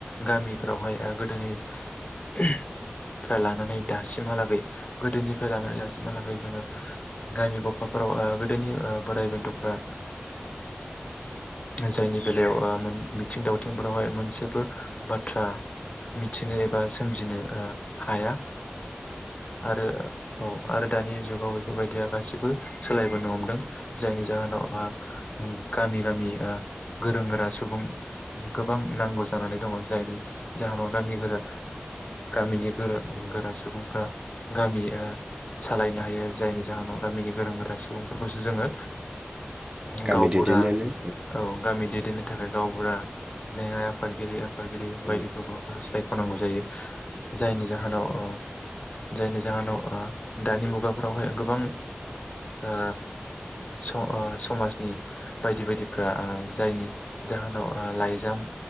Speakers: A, on the left; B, on the right.
A: गामिफ्रावहाय ओ गोदोनिफ्राय लानानै दासिमहालागै गोदोनिफ्राय लानानै दासिमहालागै जोङो गामि गफाफोराव ओ गोदोनि बोराय बेन्थ'फ्रा जायनि बेलायाव बा मोन मिथिं दावथिंफोरावहाय मोनसेबो बाथ्रा मिथिनो एबा सोमजिनो ओ हाया आरो औ आरो दानि जुगाव बेफोरबायदिया गासिबो सोलायबोनो हमदों जायनि जाहोनाव ओ उम गामि गामि ओ गोरों गोरा सुबुं गोबां नांगौ जानानै दङ जायनि जाहोनाव गामि गोरा गामिनि गोरों गोरा सुबुंफ्रा गामि ओ सालायनो हायो जायनि जाहोनाव गामिनि गोरों गोरा सुबुंफोरखौसो जोङो
B: गामि
A: गावबुरा
B: दैदेननानै
A: औ गामि दैदेननो थाखाय गावबुरा लेङा फादगिरिया फादगिरि
B: औ
A: बायदिफोरखौ होनांगौ जायो जायनि जाहोनाव अ जायनि जाहोनाव ओ दानि मुगाफोरावहाय गोबां ओ स ओ समाजनि बायदि बायदिफ्रा ओ जायनि जाहोनाव ओ लाइजाम